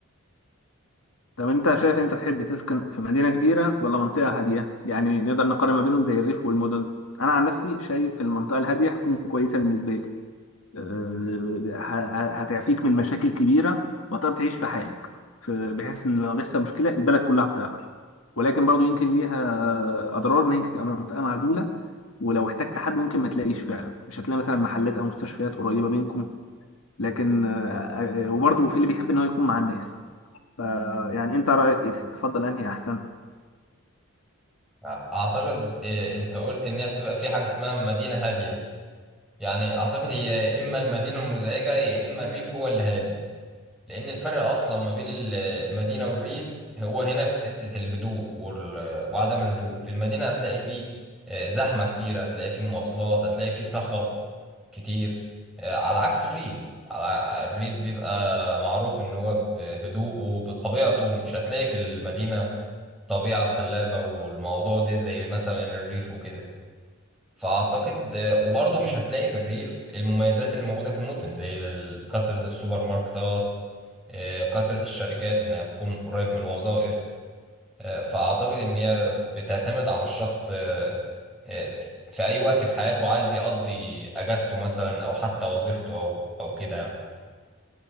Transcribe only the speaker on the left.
طب انت شايف انت تحب تسكن في مدينة كبيرة ولا منطقة هادية؟ يعني نقدر نقارن ما بينهم زي الريف والمدن. انا عن نفسي شايف المنطقة الهادية هتكون كويسة بالنسبة لي. أه، ه- ه- هتعفيك من مشاكل كبيرة وتقدر تعيش في حالك. ف- بحيث ان لو بيحصل مشكلة البلد كلها بتعرف. ولكن برضو يمكن ليها اضرار ان هي تبقى منطقة معزولة ولو احتجت حد ممكن ما تلاقيش فعلا مش هتلاقي مثلا محلات او مستشفيات قريبه منكم لكن آه، آه، وبرضه في اللي بيحب ان هو يكون مع الناس ف- يعني انت رأيك ايه تفضل انهي احسن